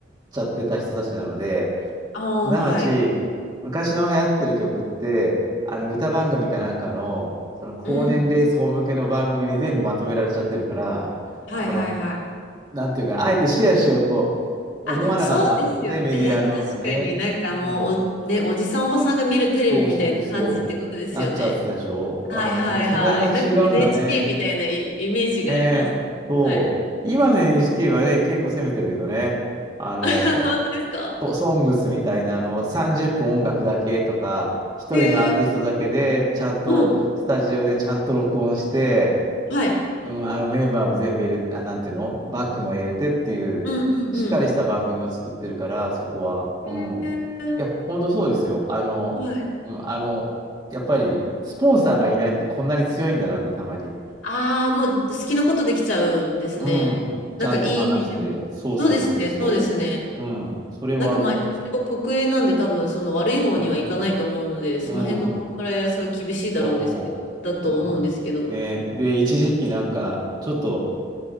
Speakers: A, on the right; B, on the left.
A: ちゃってた人たちなので、
B: ああ、
A: すなわち、
B: はい。
A: 昔の流行ってる曲って、あの歌番組かなんかの、その高年齢層向けの番組に全部まとめられちゃってるから、
B: うん。はいはいはい。
A: あの、なんていうかな、あえてシェアしようと思わなかったんだろうね、
B: あ、そうですよね。
A: メディアの方がね。
B: 確かになんかもうお、
A: うん。
B: ね、おじさんおばさんが見るテレビみたいな感じってことですよね。
A: そうそうそう。なっちゃってたでしょだから、
B: はいはいはい。
A: でもその辺が違うんだね。
B: なんか NHK みたいなイイメージがあります。
A: ねえ。そう。
B: はい。
A: 今の NHK はね、結構攻めてるけどね。あの、
B: <laughs> 本当ですか
A: とソングスみたいな、あの、30分音楽だけとか、一人のアーティストだけで、
B: へえ。
A: ちゃんと、
B: うん。
A: スタジオでちゃんと録音して、
B: はい。
A: うん、あの、メンバーも全部入れて、あ、なんていうのバックも入れてっていう、
B: うんうんうん。
A: しっかりした番組を作ってるから、そこは。
B: へえ。
A: うん。
B: なんか、
A: いや、ほんとそうですよ。あの、
B: はい。
A: うん、あの、やっぱり、スポンサーがいないってこんなに強いんだなってたまに。
B: ああ、もう好きなことできちゃうんですね。
A: うん。
B: なんかいい意味でも。
A: ちゃんと話して、そうそうそうそう。
B: そうですね、そうですね。
A: うん。それはあると思う。
B: なんかまあ一応国営なんで多分その悪い方にはいかないと思うので、
A: う
B: その辺のコンプライアンスは厳しいだろうですけど、
A: ん。うん。そう。
B: だと思うんですけど。
A: うん。ね、で、一時期なんか、ちょっと